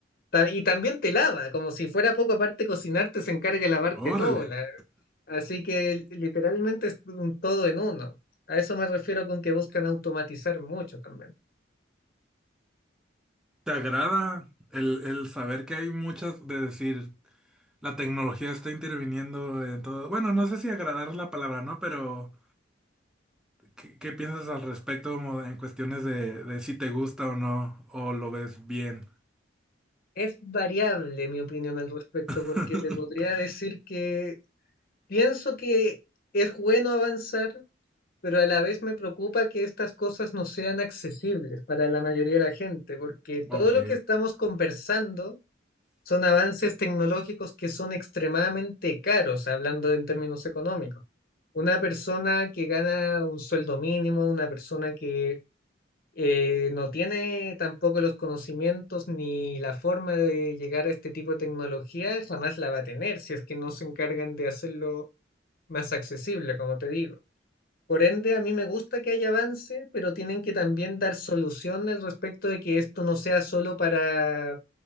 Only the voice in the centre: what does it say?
órale.
¿Te agrada el, el saber que hay muchas de decir la tecnología está interviniendo en todo? Bueno, no sé si agradar es la palabra, ¿no? Pero ¿Qué, qué piensas al respecto como en cuestiones de, de si te gusta o no, o lo ves bien?
<laughs>
Ok.